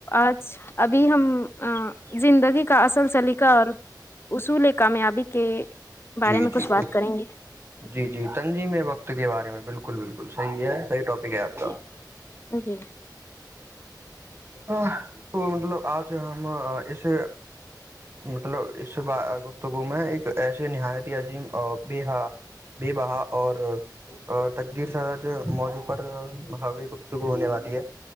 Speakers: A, on the left; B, on the right.
A: آج ابھی ہم زندگی کا اصل سلیقہ اور اصول کامیابی کے بارے
B: جی
A: میں کچھ
B: جی
A: بات کریں گے
B: جی جی تنجی میں وقت کے بارے میں بالکل بالکل صحیح ہے سح ٹاپ پھ کیا آپ تو
A: جی جی
B: ہاں تو مطلب آج ہم اس مطلب اس گفتگو میں ایک ایسے نہایت عظیم با بے بہا اور تقدیر س موضوع پر ہووے گفتگو ہونے والے جے